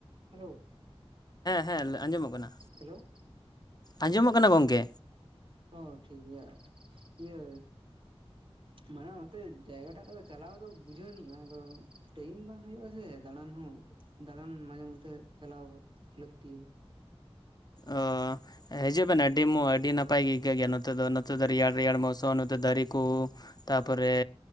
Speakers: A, on the right; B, on the left.
A: ᱦᱮᱞᱳ
B: ᱦᱮᱸ ᱟᱸᱡᱚᱢᱚᱜ ᱠᱟᱱᱟ
A: ᱦᱮᱞᱳᱣ
B: ᱟᱸᱡᱚᱢᱚᱜ ᱠᱟᱱᱟ ᱜᱚᱝᱠᱮ᱾
A: ᱚ ᱴᱷᱤᱠ ᱜᱮᱭᱟ ᱤᱭᱟᱹ ᱢᱟᱱᱚᱛ᱾ ᱛᱚ ᱡᱟᱭᱜᱟ ᱴᱟᱜ ᱫᱚ ᱪᱟᱞᱟᱣ ᱫᱚ ᱵᱩᱡᱷᱟᱹᱣ ᱞᱮᱱᱟ ᱟᱫᱚ ᱴᱟᱭᱤᱢ ᱵᱟᱝ ᱦᱩᱭᱩᱜ ᱟᱥᱮ ᱫᱟᱬᱟᱱ ᱦᱚᱸ᱾ ᱫᱟᱬᱟᱱ ᱢᱟᱡᱷᱮ ᱢᱚᱫᱽᱫᱷᱮ ᱪᱟᱞᱟᱣ ᱞᱟᱹᱠᱛᱤ᱾
B: ᱚ ᱦᱤᱡᱩᱜ ᱵᱮᱱ ᱟᱹᱰᱤ ᱢᱚ ᱟᱹᱰᱤ ᱱᱟᱯᱟᱭ ᱜᱮ ᱟᱹᱭᱠᱟᱹᱜ ᱜᱮᱭᱟ ᱱᱚᱛᱮ ᱫᱚ ᱱᱚᱛᱮ ᱫᱚ ᱨᱮᱭᱟᱲ ᱨᱮᱭᱟᱲ ᱢᱚᱥᱩᱢ ᱱᱚᱛᱮ ᱫᱟᱨᱮ ᱠᱚ ᱛᱟᱯᱚᱨᱮ